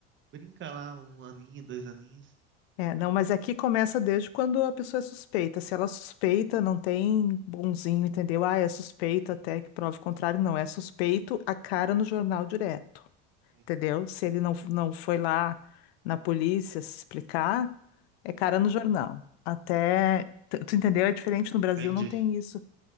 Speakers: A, on the right; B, on the left.
A: Brinca lá um aninho, dois aninhos.
B: É, não, mas aqui começa desde quando a pessoa é suspeita. Se ela é suspeita, não tem bonzinho, entendeu? Ah, é suspeita até que prove o contrário. Não, é suspeito a cara no jornal direto,
A: Uhum,
B: entendeu? Se ele não, não foi lá na polícia se explicar, é cara
A: uhum.
B: no jornal. Até, tu tu entendeu? É diferente no Brasil,
A: Entendi.
B: não tem isso.